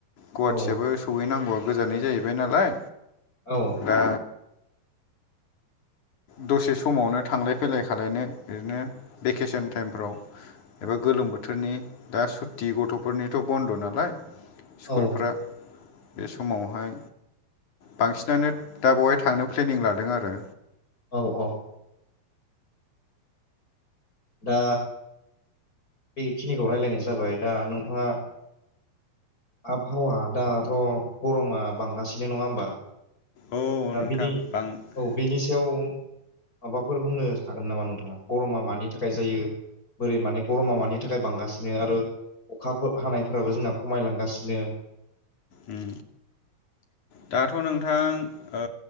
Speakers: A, on the left; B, on the left.
A: गुवाहाटियाबबो
B: औ
A: सहैनांगौआ गोजान जाहैबाय नालाय
B: औ
A: दा दसे समावनो थांलाय फैलाय खा खालायनो ओरैनो भेकेसन टाइमफ्राव एबा गोलोम बोथोरनि दा सुथि गथ गथ'फोरनिथ' बन्द' नालाय स्कुलफ्रा
B: औ
A: बे समावहाय बांसिनानो दा बेवहाय थांनो प्लेनिं लादों आरो।
B: औ औ दा बेखिनिखौ राय्लायनाय जाबाय दा नोंथाङा आबहावा दाथ' गरमा बांगासिनो नङा होमबा
A: औ
B: दा
A: नोंथां
B: बिनि
A: बां
B: औ बेनि सायाव माबाफोर बुंनो हागोन नामा नोंथाङा गरमा मानि थाखाय जायो बोरै माने गरमा मानि थाखाय बांगासिनो आरो अखाफोर हानायफोराबो जोंना खमायलांगासिनो
A: ओम दाथ' नोंथांङ ओ